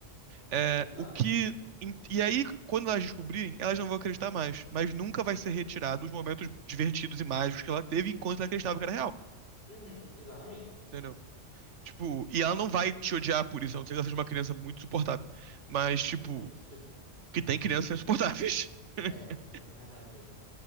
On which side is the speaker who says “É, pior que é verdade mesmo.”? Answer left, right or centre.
Left